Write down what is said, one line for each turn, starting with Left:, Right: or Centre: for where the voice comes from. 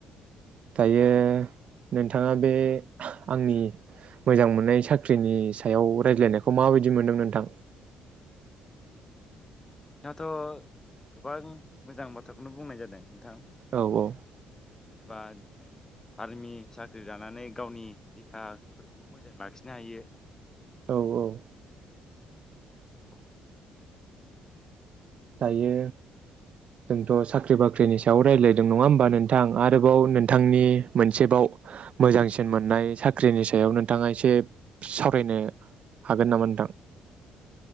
Right: दायो
Left: औ नोंथां
Right: नोनथाङा बे आंनि मोजां मोननाय साख्रिनि सायाव रायज्लायनायखौ माबायदि मोनदों नोंथां
Left: नोंथाङाथ' गोबां मोजां बाथ्राखौनो बुंनाय जादों नोंथां
Right: औ औ
Left: जेनेबा जों आर्मि साख्रि लानानै गावनि देहाफोरखौबो मोजां लाखिनो हायो
Right: औ औ
Left: औ
Right: दायो जोंथ' साख्रि बाख्रिनि सायाव रायलायदों नङा होमबा नोनथां आरोबाव नोनथांनि मोनसेबाव मोजांसिन मोननाय साख्रिनि सायाव नोंथाङा एसे सावरायनो हागोन नामा नोंथां